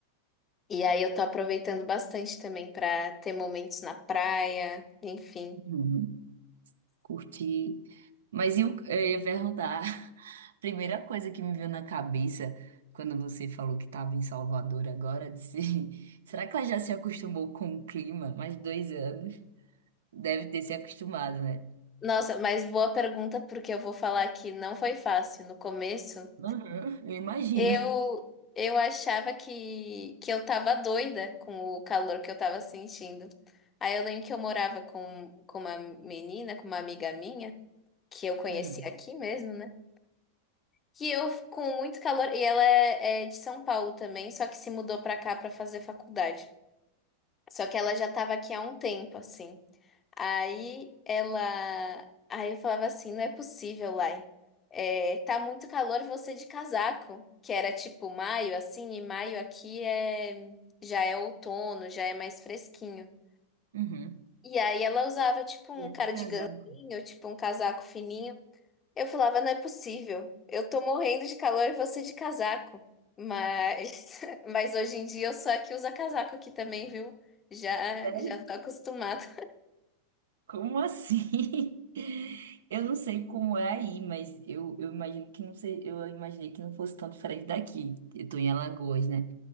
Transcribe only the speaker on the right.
Uhum. Curti. Mas eu, eu ia perguntar, <laughs> a primeira coisa que me veio na cabeça quando você falou que estava em Salvador agora, disse, <laughs> será que ela já se acostumou com o clima? Mais dois anos. Deve ter se acostumado, né?
Uhum, eu imagino.
Uhum.
Uhum.
E aí,
casado.
Sério?
Como assim? <laughs> Eu não sei como é aí, mas eu, eu imagino que não sei, eu imaginei que não fosse tão diferente daqui. Eu tô em Alagoas, né?